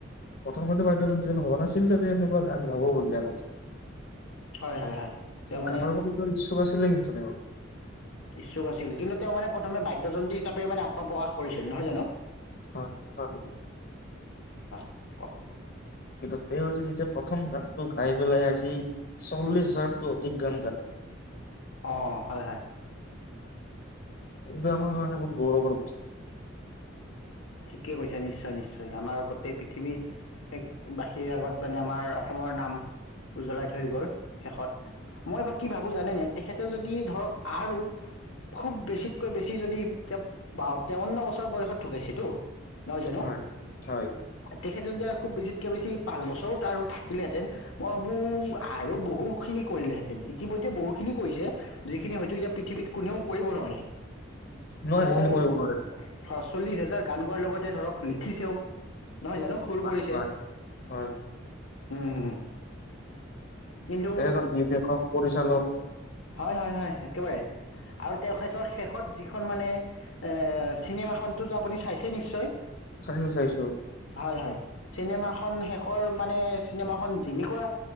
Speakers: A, on the left (about 50°); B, on the left (about 80°).
A: প্ৰথমতে বাইদেউজন ভবা নাছিল যো এনেকুৱা গান গাব বুলি আগতে।
B: হয় হয় হয়
A: কিন্তু
B: এয়া মানে
A: গানৰ প্ৰতি <unintelligible>
B: ইচ্ছুক আছিল কিন্তু তেওঁ মানে প্ৰথমে বাদ্যযন্তী হিচাপে মানে আত্মপ্ৰকাশ কৰিছিল নহয় জানো।
A: হয় হয়।
B: <unintelligible>
A: কিন্তু তেওঁ যে যেতিয়া প্ৰথম গানটো গাই পেলাই আজি চল্লিশ হাজাৰতকৈ অধিক গান গালে।
B: অঁ হয় হয়।
A: এইটো আমাৰ কাৰণে বহুত গৌৰৱৰ কথা।
B: ঠিকে কৈছো নিশ্চয় নিশ্চয় আমাৰ গোটেই পৃথিৱীৰ এক বাসীৰ আগত মানে আমাৰ অসমৰ নাম উজ্বলাই থৈ গল শেষত মই বা কি ভাবো জানেনেে তেখেতে যদি ধৰক আৰু খুব বেছিতকৈ বেছি যদি এতি তেৱন্ন বছৰ বয়সত ঢুকাইছেতো নহয় জানো
A: হয় হয়
B: তেখেত যদি আৰু খুব বেছিত কে বেছি পাঁচ বছৰো তাৰ থাকিলেহেঁতেন মই ভাবো আৰু বহুখিনি কৰিলেহেঁতেন ইতিমধ্যে বহুখিনি কৰিছে যিখিনি হয়তো এতিয়া পৃথিৱীত কোনেও কৰিব নোৱাৰে।
A: নোৱাৰে
B: তেওঁ
A: সেইখিনি কৰিব নোৱাৰে
B: অ চল্লিশ হাজাৰ গান গোৱাৰ লগতে ধৰক লিখিছেও। নহয় জানো সুৰ
A: হয়
B: কৰিছে।
A: হয় হয়
B: উম। কিন্তু
A: তজন নিৰ্দেশক পৰিচালক
B: হয় হয় হয় একেবাৰে আৰু তেখেতৰ শেষত যিখন মানে এ চিনেমা খনতো আপুনি চাইছে চে নিশ্চয়
A: চাইিছো চাইিছো।
B: হয় হয় চিনেমাখন শেষৰ মানে চিনেমাখন যেনেকুৱা